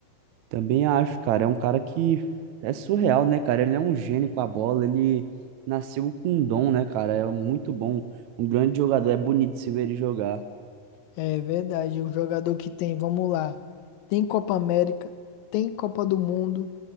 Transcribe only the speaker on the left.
É verdade. O jogador que tem, vamos lá. Tem Copa América, tem Copa do Mundo,